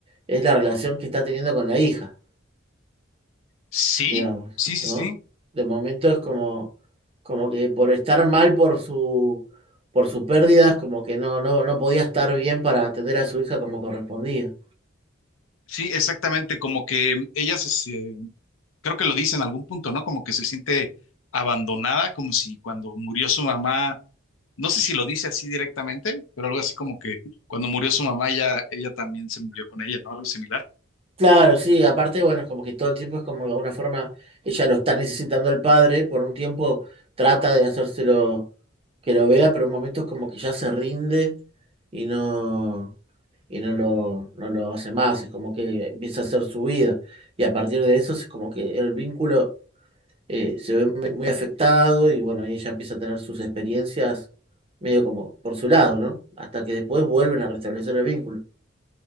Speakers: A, on the right; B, on the left.
A: es la relación que está teniendo con la hija,
B: Sí,
A: digamos,
B: sí,
A: ¿no?
B: sí, sí.
A: De momento es como, como que por estar mal por su, por su pérdida, es como que no, no, no podía estar bien para atender a su hija como correspondía.
B: Sí, exactamente. Como que ella se, se- creo que lo dice en algún punto, ¿no? Como que se siente abandonada, como si cuando murió su mamá, no sé si lo dice así directamente, pero algo así como que cuando murió su mamá, ya ella también se murió con ella, ¿no? Algo similar.
A: Claro, sí, aparte, bueno, es como que todo el tiempo es como de alguna forma ella lo está necesitando el padre, por un tiempo trata de hacérselo que lo vea, pero en momentos como que ya se rinde y no, y no lo, no lo hace más, es como que empieza a hacer su vida. Y a partir de eso es como que el vínculo eh, se ve muy muy afectado y bueno, ella empieza a tener sus experiencias medio como por su lado, ¿no? Hasta que después vuelven a restablecer el vínculo.